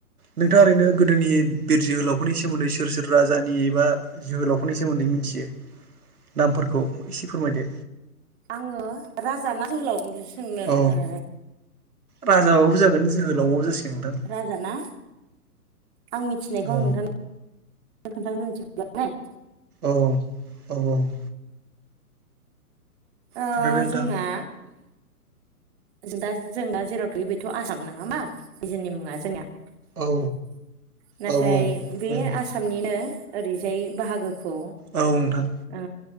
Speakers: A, on the right; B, on the right.
A: नोंथाङा
B: उम
A: ओरैनो गोदोनि बिर जोहोलावफोरनि सोमोन्दै सोर सोर राजानि एबा जोहोलाव फोरनि सोमोन्दै मिथियो नामफोरखौ एसे फोरमायदो
B: आङो राजा ना जोहोलाव सोंनो
A: औ
B: ओ
A: राजाबाबो जागोन जोहोलावबाबो जासिगोन नोंथां।
B: राजाना आं मिथिनायखौ
A: औ
B: आं नोंथां <inaudible> खोन्थाग्रोनोसै <inaudible>
A: औ <inaudible> औऔ
B: ओ
A: खोनादों नोंथां
B: जोंना जों दा जों दा जेराव थायो बेथ' आसाम नोङा <inaudible> ना बि जोंनि मुङा जोंनिया
A: औ
B: <inaudible> नाथाय
A: औ
B: बे
A: उम
B: आसामनिनो ओरैजाय बाहागोखौ
A: औ नोंथां
B: ओ